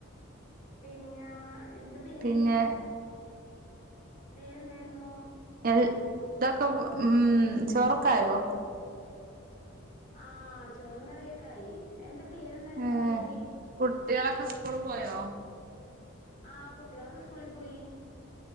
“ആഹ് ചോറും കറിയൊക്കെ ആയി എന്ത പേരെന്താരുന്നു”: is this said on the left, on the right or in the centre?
Left